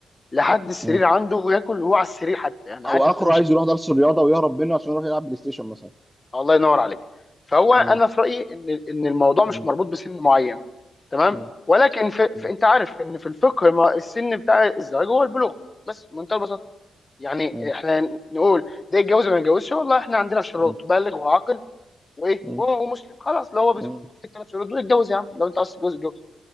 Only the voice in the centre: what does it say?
م-
او
اخره
عايز يروح درس الرياضه ويهرب منه عشان يروح يلعب بلاي ستيشن مثلا
مم.
مم.
مم.
مم.
مم.
مم.
مم.
مم.